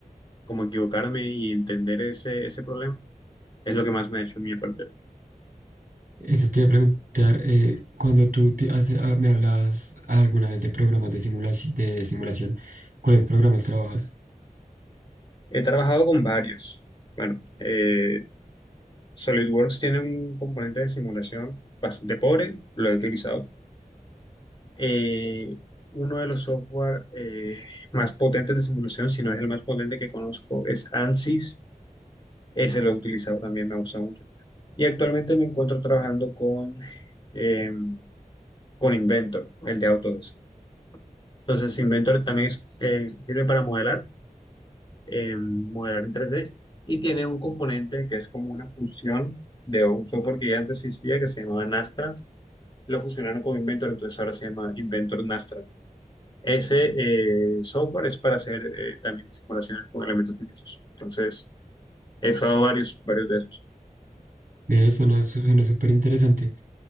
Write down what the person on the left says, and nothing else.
como equivocarme y entender ese, ese problema, es lo que más me ha hecho a mí aprender.
He trabajado con varios. Bueno, eh, SolidWorks tiene un componente de simulación bastante pobre, lo he utilizado. Eh, uno de los software eh, más potentes de simulación, si no es el más potente que conozco, es ANSYS. Ese lo he utilizado también, me ha gustado mucho. Y actualmente me encuentro trabajando con, eh, con Inventor, el de Autodesk. Entonces, Inventor también es- eh, sirve para modelar, eh, modelar en 3D y tiene un componente que es como una fusión de un software que ya antes existía que se llamaba Nastra. Lo fusionaron con Inventor, entonces ahora se llama Inventor Nastra. Ese eh, software es para hacer eh, también simulaciones con elementos finitos. Entonces, he usado varios, varios de esos.